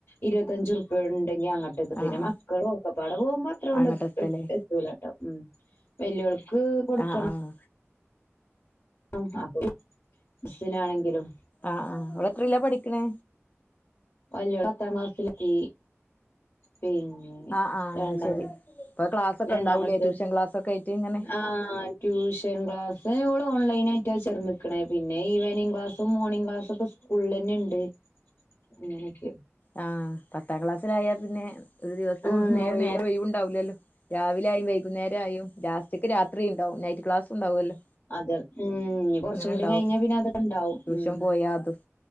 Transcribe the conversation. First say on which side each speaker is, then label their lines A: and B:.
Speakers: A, on the left; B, on the left.
A: ഇരുപത്തഞ്ചും ഉറുപ്യ ഉണ്ടെങ്കി അങ്ങട്ട് പിന്നെ
B: ആഹ്
A: മക്കളും ഒക്കെപ്പാട് പോകുമ്പോ അത്രോണ്ട്
B: അങ്ങട്ട് എത്തല്ലേ
A: എത്തൂലാട്ടോ ഉം വെല്യോൾക്ക് കൊടുക്കണം
B: ആഹ് ആഹ്
A: ആഹ് അപ്പോ ബസിനാണെങ്കിലും
B: ആഹ് ആഹ് അവള്എത്രേലാ പഠിക്കണെ
A: വല്യോള്പത്താം ക്ലാസ്സിലെത്തി പിന്നെ
B: ആഹ് ആഹ്
A: രണ്ടാമ
B: അത് ശരി ഇപ്പൊ ക്ലാസ്സൊക്കെ
A: രണ്ടാമത്തെ
B: ഉണ്ടാവൂലേ ട്യൂഷൻ ക്ലാസ്സൊക്കെ ആയിട്ട് ഇങ്ങനെ
A: ആഹ് ട്യൂഷൻ ക്ലാസ്സ് ഓള് ഓൺലൈനായിട്ട് ചേർന്നിക്കണെ പിന്നെ ഈവനിംങ് ക്ലാസ്സും മോർണിംഗ് ക്ലാസ്സൊക്കെ ഉള്ളന്നെ ഇണ്ട് അങ്ങനൊക്കെ
B: ആഹ് പത്താം ക്ലാസ്സിലായാൽ പിന്നെ ഒരു ദിവസോം
A: ആഹ്
B: നേര്
A: ഒഴിവൊന്നുണ്ടാ
B: നേരും ഒയിവുണ്ടാവൂലല്ലോ രാവിലെ ആയും വൈകുന്നേരം ആയും ലാസ്റ്റക്ക് രാത്രി ഉണ്ടാവും നൈറ്റ് ക്ലാസ് ഉണ്ടാവുമല്ലോ
A: അത് ഉം ഇനി കൊറച്ചും
B: അങ്ങനെ
A: കൂടി
B: ഉണ്ടാവും
A: കഴിഞ്ഞാ പിന്നെ അതൊക്കെ ഉണ്ടാവും
B: ട്യൂഷൻ
A: ഉം
B: പോയാ അതും